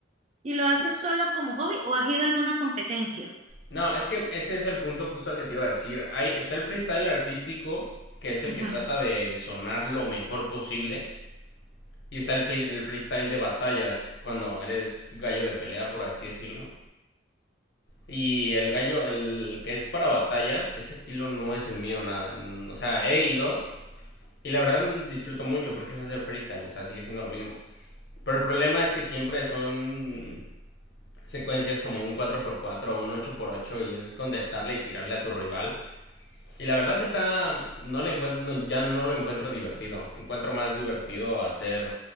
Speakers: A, on the right; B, on the left.
A: y lo haces solo como hobby o has ido a alguna competencia?
B: No, es que ese es el punto justo al que te iba a decir. Ahí está el freestyle artístico, que es el
A: Ujú.
B: que trata de sonar lo mejor posible Y está el, free- el freestyle de batallas, cuando eres gallo de pelea, por así decirlo. Y el gallo, el que es para batallas, ese estilo no es el mío, nada. Mm, O sea, he ido y la verdad disfruto mucho porque es hacer freestyle, o sea, sigue siendo lo mismo. Pero el problema es que siempre son secuencias como un cuatro por cuatro o un ocho por ocho y es contestarle y tirarle a tu rival. Y la verdad está, no le encuentro, ya no lo encuentro divertido. Encuentro más divertido hacer,